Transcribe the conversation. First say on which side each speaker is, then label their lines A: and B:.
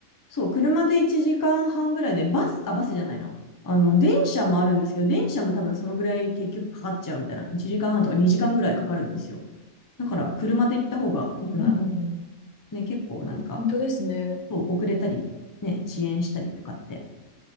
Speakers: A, on the left (about 15°); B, on the left (about 55°).
A: そう、車で1時間半ぐらいで、バス、あ、バスじゃないな。あの、電車もあるんですけど、電車も多分そのぐらい結局かかっちゃうみたいな。1時間半とか2時間ぐらいかかるんですよ。だから、車で行った方が行くなら、
B: うんうんうん。
A: ね、結構なんか、
B: 本当ですね。
A: そう遅れたり、ね、遅延したりとかって、